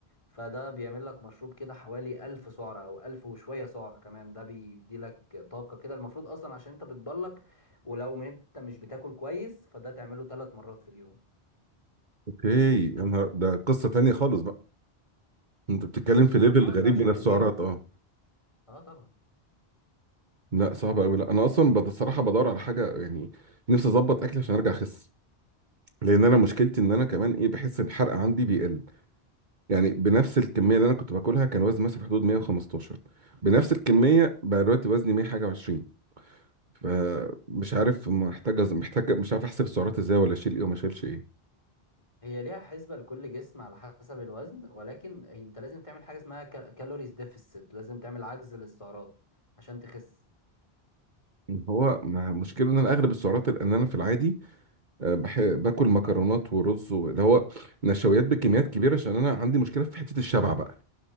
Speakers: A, on the left; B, on the right.
A: فده بيعمل لك مشروب كده حوالي 1000 سعرة أو 1000 وشوية سعرة كمان ده بيدي لك طاقة كده المفروض أصلا عشان أنت بتبلك ولو ما أنت مش بتاكل كويس فده تعمله ثلاث مرات في اليوم
B: اوكي يا نهار ده قصة تانية خالص بقى انت بتتكلم
A: ما
B: في ليفل
A: اه
B: غريب
A: ده عشان
B: من السعرات
A: تزيد
B: اه
A: اه طبعا
B: لا صعب قوي لا انا اصلا بد- الصراحة بدور على حاجة يعني نفسي اظبط اكلي عشان ارجع اخس لان انا مشكلتي ان انا كمان ايه بحس ان الحرق عندي بيقل يعني بنفس الكمية اللي انا كنت باكلها كان وزني مثلا في حدود 115 بنفس الكمية بقى دلوقتي وزني 100 حاجة و20 فمش عارف محتاج أز- محتاج مش عارف احسب السعرات ازاي ولا اشيل ايه وما اشيلش ايه
A: هي ليها حسبة لكل جسم على حسب الوزن ولكن هي- انت لازم تعمل حاجة اسمها كالوريز ديفيسيت لازم تعمل عجز للسعرات عشان تخس
B: هو ما- مشكلة ان انا اغلب السعرات لان انا في العادي أه، بح... باكل مكرونات ورز و- اللي هو نشويات بكميات كبيره عشان انا عندي مشكله في حته الشبع بقى